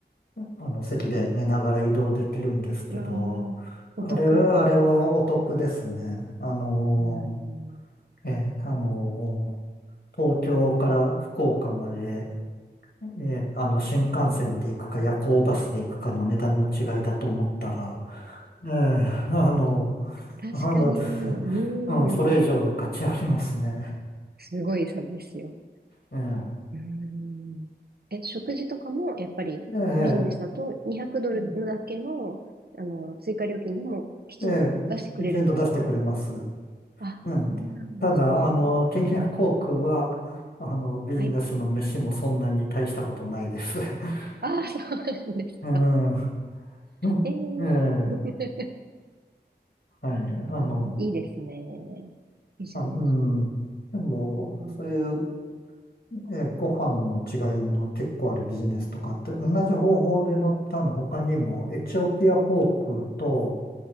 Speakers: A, on the left; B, on the right.
A: あの、席で寝ながら移動できるんですけど、
B: んわあ、お得。
A: あれは、あれはお得ですね。あの
B: うーん。
A: ええあの東京から福岡まで、ええあの、新幹線で行くか夜行バスで行くかの値段の違いだと思ったら、ええあの、
B: 確かに。
A: あの、<laughs>
B: う
A: うん、それ以上の価値ありますね。
B: ーん。すごい差ですよ。
A: えー、
B: うーん。え、食事とかも、やっぱりビジネスだと200ドルだけの、
A: ええうん
B: あの、追加料金でもきちんと出してくれるんですか
A: ええきちんと出してくれます。
B: あ、
A: うん。
B: そうなんですね。
A: ただ、あの、ケニア航空は、あの、ビジネスの飯もそんなに大したことないです。
B: はい。
A: <laughs>
B: ああ、そうなんですか。
A: うん。<laughs>
B: ええ
A: ええ、
B: <laughs>
A: はい。あの、
B: あー、いいですね。ビジネス。
A: あ、うん。でも、
B: うん、
A: そういう、えーご飯の違いの結構あるビジネスとかって、同じ方法で乗ったの他にも、エチオピア航空と、